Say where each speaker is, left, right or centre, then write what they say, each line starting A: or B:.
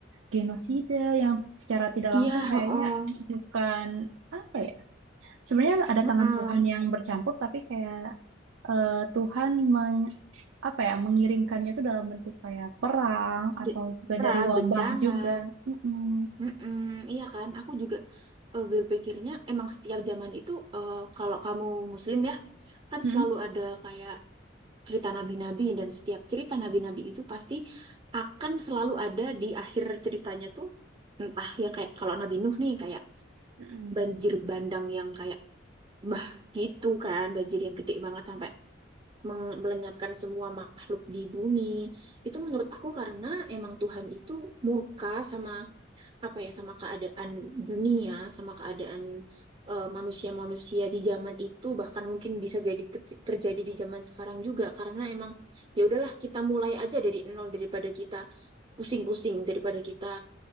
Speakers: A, on the right; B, on the right.
A: genosida yang secara tidak
B: Iya,
A: langsung kayaknya
B: heeh,
A: bukan apa ya. Sebenarnya ada
B: heeh.
A: tangan Tuhan yang bercampur, tapi kayak eh, Tuhan meng, apa ya mengiringkannya itu dalam bentuk kayak perang atau
B: Di-
A: juga
B: Perang,
A: dari wabah
B: bencana.
A: juga. Mm-mm.
B: Mm-mm, iya kan, aku juga eh, berpikirnya emang setiap zaman itu eh, kalau kamu Muslim ya kan
A: Mm-mm.
B: selalu ada kayak cerita nabi-nabi dan setiap cerita nabi-nabi itu pasti akan selalu ada di akhir ceritanya tuh entah yang kayak kalau Nabi Nuh nih kayak
A: Mm-mm.
B: banjir bandang yang kayak bah gitu kan banjir yang gede banget sampai meng- melenyapkan semua makhluk di bumi itu menurut aku karena emang Tuhan itu murka sama apa ya sama keadaan dunia, sama keadaan eh, manusia-manusia di zaman itu bahkan mungkin bisa jadi ter- terjadi di zaman sekarang juga karena emang ya udahlah kita mulai aja dari nol daripada kita pusing-pusing daripada kita